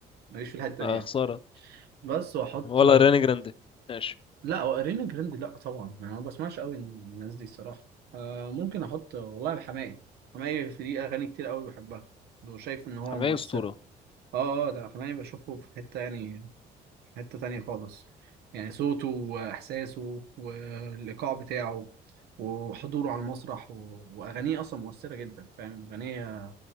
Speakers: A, on the right; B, on the left.
A: ماليش في الحته
B: اه
A: دي يعني
B: خساره
A: بس واحط
B: ولا ريانا جراندي ماشي
A: لا وارينا جراندي لا طبعا يعني أنا ما بسمعش قوي الناس دي الصراحه آه ممكن احط والله حماقي حماقي في دي اغاني كتير قوي بحبها وشايف ان هو
B: حماية
A: مؤثر
B: اسطوره
A: اه اه لا حماقي بشوفه في حته يعني في حته تانية خالص يعني صوته واحساسه والايقاع بتاعه وحضوره على المسرح و... واغانيه اصلا مؤثره جدا فاهم اغنيه